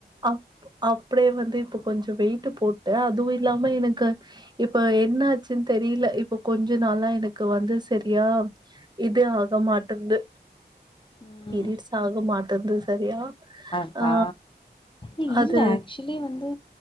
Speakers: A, on the right (about 25°); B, on the left (about 30°).
A: அ அப்டியே வந்து இப்ப கொஞ்சோ வெயிட்டு போட்டே அதுவு இல்லாம எனக்கு இப்ப என்னாச்சுன் தெரில இப்ப கொஞ்சோ நாளா எனக்கு வந்து சரியா இது ஆக மாட்டங்குது
B: ம்
A: பீரியட்ஸ் ஆக மாட்டங்குது சரியா
B: அ ஹா
A: ஆ
B: ஏ
A: அது
B: இல்ல ஆக்ச் சுழி வந்து